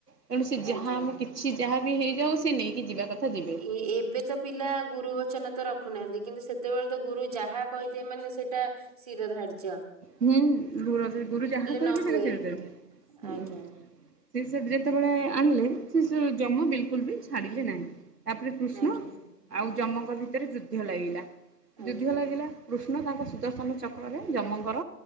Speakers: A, on the right; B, on the right.
A: ତେଣୁ ସେ ଯାହା
B: ଆଜ୍ଞା।
A: ଆମ କିଛି ଯାହା ବି ହେଇଯାଉ ସେ ନେଇକି ଯିବା କଥା ଯିବେ
B: ଏ ଏବେ ତ ପିଲା ଗୁରୁ ବଚନ ତ ରଖୁନାହାନ୍ତି କିନ୍ତୁ ସେତେବେଳେ ତ ଗୁରୁ ଯାହା କହିଥାଏ ମାନେ ସେଇଟା ଶିର ଧାର୍ଯ୍ୟ
A: ହୁଁ ଗରୁ ଗରୁ ଯାହା କର
B: ନ
A: ବି
B: ହୁଏ
A: ସେେ ସେଟତ ହଁ।
B: ଆଜ୍ଞା
A: ସେ ସେ ଯେତେବେଳେ ଆଣିଲେ ସେ ସେ ଜମା ବିଲକୁଲ ବି ଛାଡ଼ିଲେ ନାହିଁ ତାପରେ କୃଷ୍ଣ
B: ଆଜ୍ଞା
A: ଆଉ ଯମଙ୍କ ଭିତରେ ଯୁଦ୍ଧ ଲାଗିଲା
B: ଆଜ୍ଞା
A: ଯୁଦ୍ଧ ଲାଗିଲା। କୃଷ୍ଣ ତାଙ୍କ ସୁଦର୍ଶନ ଚକ୍ରରେ ଜମଙ୍କର